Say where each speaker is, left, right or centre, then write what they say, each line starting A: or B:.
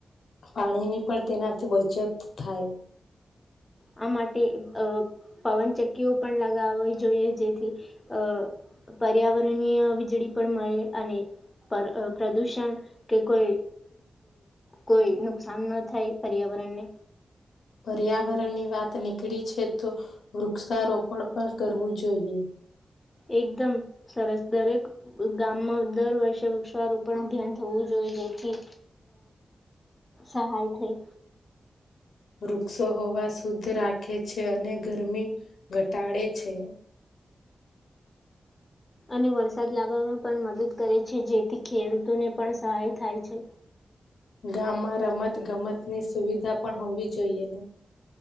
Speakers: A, on the left; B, on the left.
A: પાણીની પણ તેનાથી બચત થાય.
B: આ માટે અ પવનચક્કીઓ પણ લગાવવી જોઈએ, જેથી અ પર્યાવરણીય વીજળી પણ મળે અને પ્રદૂષણ કે કોઈ કોઈ નુકસાન ન થાય પર્યાવરણને.
A: પર્યાવરણની વાત નીકળી છે, તો વૃક્ષારોપણ પણ કરવું જોઈએ.
B: એકદમ સરસ દરેક ગામમાં દર વર્ષે વૃક્ષારોપણ અભ્યાન થવું જોઈએ, જેથી સહાય થઈ.
A: વૃક્ષો હોવા શુદ્ધ રાખે છે, અને ગરમી ઘટાડે છે.
B: અને વરસાદ લાવવામાં પણ મદદ કરે છે, જેથી ખેડૂતોને પણ સહાય થાય છે.
A: ગામમાં રમત ગમતની સુવિધા પણ હોવી જોઈએ.